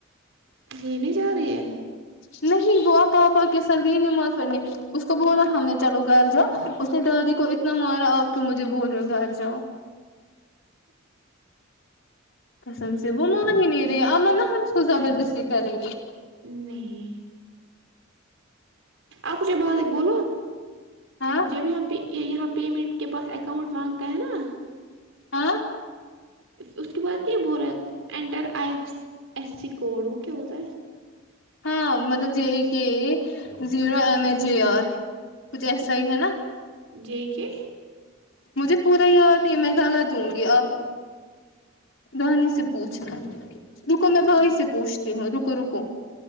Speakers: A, on the right; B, on the left.
A: چینی جا رہی ہے
B: نہیں وہ آپ پاپا کے سات گی نماز پڑھنے اس کو بولا ہم نے چلو گھر جاؤ اس نے دادی کو اتنا مارا آپ کی مجھے بول رہ ہو گھر جاؤ کسم سے وہ مان ہی نہیں رہی امان ہم کو زبردستی کریں گے
A: نہیں آپ مجھے ب بولو
B: ہاں
A: جب یہاں یہاں پیمنٹ کے پاس اکاؤنٹ مانگتا ہے نا
B: آاں
A: اس کے بعد کیا بول رہا ہے enter I F S C code وہ کیا ہوتا ہے
B: ہاں مطلب J A K zero M H A R کچھ ایسا ہی ہے نا
A: جے کے
B: مجھے پورا یاد نہیں ہے میں الہ دوں گی اپ رانی سے پوچھنا رکو میں
A: اچھا
B: بھائی سے پوچھتی ہوں رکو رکو